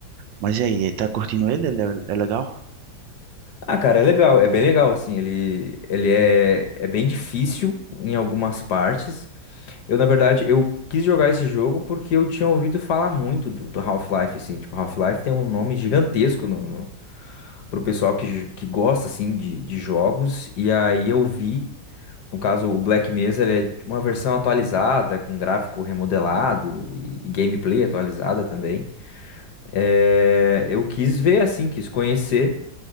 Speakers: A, on the right; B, on the left.
A: Mas e aí, tá curtindo ele? Ele é, é legal?
B: Ah, cara, é legal, é bem legal, assim, ele, ele é, é bem difícil em algumas partes. Eu, na verdade, eu quis jogar esse jogo porque eu tinha ouvido falar muito do, do Half-Life, assim, tipo, Half-Life tem um nome gigantesco no, no- pro pessoal que, j- que gosta, assim, de, de jogos. E aí eu vi, no caso, o Black Mesa, ele é uma versão atualizada, com gráfico remodelado e gameplay atualizada também. É, eu quis ver, assim, quis conhecer.